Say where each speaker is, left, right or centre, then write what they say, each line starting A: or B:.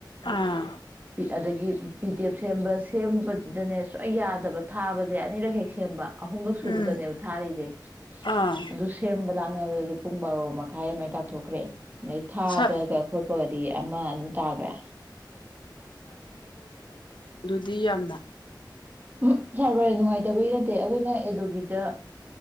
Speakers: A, on the left; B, on the right.
A: ꯑꯥ
B: ꯑꯗꯒꯤ ꯄꯤꯗꯤ ꯑꯦꯐ ꯁꯦꯝꯕ ꯁꯦꯝꯕꯁꯤꯗꯅꯦ ꯁꯨꯡꯛ ꯌꯥꯗꯕ ꯊꯥꯕꯁꯦ ꯑꯅꯤꯔꯛ ꯍꯦꯛ ꯁꯦꯝꯕ ꯑꯍꯨꯝꯂꯛ ꯁꯨꯕꯇꯅꯦꯕ
A: ꯎꯝ
B: ꯊꯥꯔꯤꯁꯦ
A: ꯑꯥ
B: ꯑꯗꯨ ꯁꯦꯝꯕ ꯂ <unintelligible> ꯄꯨꯡ ꯕꯥꯔꯣ ꯃꯈꯥꯏ ꯑꯃꯥꯏ ꯇꯥꯊꯣꯛꯈ꯭ꯔꯦ ꯑꯗꯩ ꯊꯥꯕꯒ
A: ꯁ
B: ꯈꯣꯠꯄꯒꯗꯤ ꯑꯃ ꯑꯗꯨꯝ ꯇꯥꯈ꯭ꯔꯦ
A: ꯗꯤ ꯌꯥꯝꯅ
B: ꯎꯝ ꯁꯥꯔꯕꯔ ꯅꯨꯡꯉꯥꯏꯇꯕꯒꯤ ꯅꯠꯇꯦ ꯑꯩꯈꯣꯏꯅ ꯑꯦꯗꯣꯕꯤꯗ